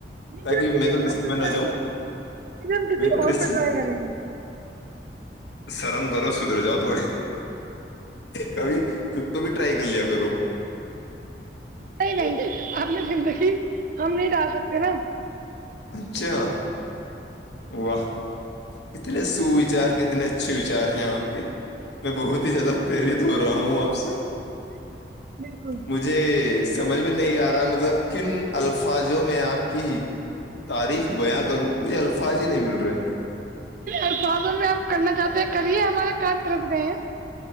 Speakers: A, on the right; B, on the left.
A: نہیں
B: تاکہ
A: پھر ہم کسی
B: میں
A: اور
B: تو رسک
A: پہ
B: میں
A: ٹرائی
B: نہ جاؤں
A: کریں گے نا پھر ہم کسی
B: میں تو
A: اور
B: رسک
A: پہ ٹرائی کریں گے
B: سرم گو سدھر جاؤ توڑی کبھی خود پہ بھی ٹرای کر لیا کرو
A: نہیں نہیں اپنی زندگی ہم نہیں ڈال سکتے نا
B: اچھا واہ کتنے سوچار کتنے اچھے وچار ہیں آپ کے <unintelligible> میں بہت ہی زیادہ پریرت ہو رہا ہوں آپ سے
A: بالکل
B: مجھے سمجھ میں نہیں آ رہا مطلب کن الفاظوں میں آپ کی تاریخ بیاں کروں مجھے <unintelligible> فاضی نہیں مل رہے <unintelligible>
A: الفظوں میں آپ کرنا چاہتے ہیں کرے ہمارے کان دس گئے ہیں <unintelligible>